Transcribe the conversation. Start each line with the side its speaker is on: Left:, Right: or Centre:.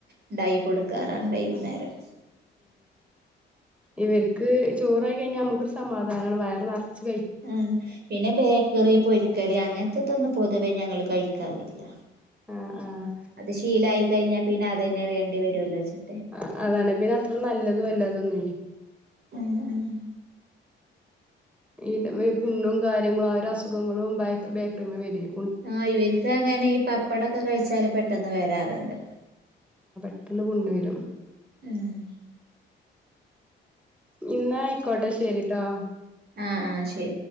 Right: ഉണ്ടായി കൊടുക്കാറാണ് വൈകുന്നേരം
Centre: ഇവർക്ക് ചോറായി കഴിഞ്ഞാ നമുക്കൊരു സമാധാനമാണ് വയറ് നിറച്ച്
Right: ആ പിന്നെ ബേക്കറി പൊരിക്കടി അങ്ങനെത്തെതൊന്നും പൊതുവെ ഞങ്ങൾ കഴിക്കാറില്ല
Centre: ആഹ് ആഹ്
Right: അത് ശീലായി കഴിഞ്ഞാ പിന്നെ അത് തന്നെ വേണ്ടി വരുവല്ലോ വെച്ച്
Centre: ആ അതാണ് പിന്നെ അത്ര നല്ലതും വല്ലതും നി
Right: ആഹ് ആഹ്
Centre: ഈ <inaudible> പുണ്ണും കാര്യങ്ങളും ഓരോ അസുഖങ്ങളും ബ ബേക്കറിമേ വെറും
Right: ആഹ് ഇവർക്ക് അങ്ങനെ ഈ പപ്പടൊക്കെ കഴിച്ചാല് പെട്ടെന്ന് വരാറുണ്ട്
Centre: ട്ടന്ന് പുണ്ണ് വേരും
Right: ആഹ്
Centre: ഇന്നാ ആയിക്കോട്ടെ ശരിട്ടോ
Right: ആഹ് ആഹ് ശരി